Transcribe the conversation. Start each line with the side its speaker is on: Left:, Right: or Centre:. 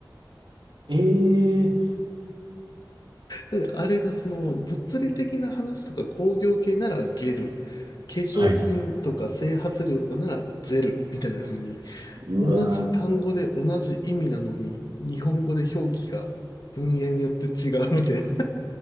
Right: ええ
Left: だからあれがその物理的な話とか工業系ならゲル、化粧品とか整髪料とかならジェルみたいな風に
Right: はい。うわ
Left: 同じ単語で同じ意味なのに日本語で表記が文言によって違うみたいな。